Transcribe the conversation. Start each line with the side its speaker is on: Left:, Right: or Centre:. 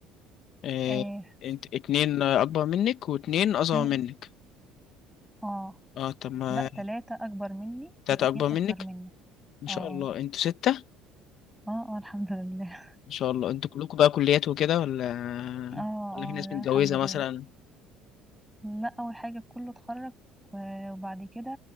Left: اه
Centre: آه
Left: انت اتنين اكبر منك واتنين اصغر
Centre: اتنين
Left: منك
Centre: اه
Left: اه طب ما
Centre: لا ثلاثه اكبر مني
Left: تلاتة
Centre: واتنين
Left: اكبر منك
Centre: اصغر مني
Left: ان
Centre: اه
Left: شاء
Centre: آه.
Left: الله انتوا ستة
Centre: اه اه الحمد لله
Left: ان شاء الله انتوا كلكم بقى كليات وكده ولا
Centre: <laughs> اه اه
Left: ولا في ناس
Centre: لا
Left: متجوزة
Centre: الحمد
Left: مثلا
Centre: لله لا اول حاجه كله اتخرج و- وبعد كده